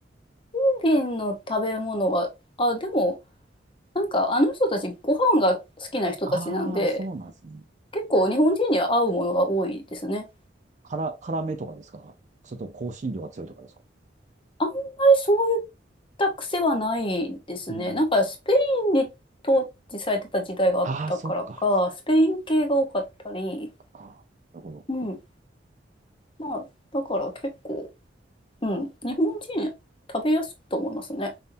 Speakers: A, on the left; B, on the right.
A: ィリピンの食べ物は、あ、でも、なんかあの人たちご飯が好きな人たちなんで、
B: ああ、そうなんですね。
A: 結構日本人には合うものが多いですね。
B: 辛、辛めとかですかそれとも香辛料が強いとかですか
A: あんまりそういった癖はないですね。
B: うん。
A: なんかスペインに統治されてた時代があったからか、
B: ああ、そっか。そ
A: スペイン系が多かったり、
B: っか。あーなるほど。
A: うん。まあ、だから結構、うん。日本人食べやすいと思いますね。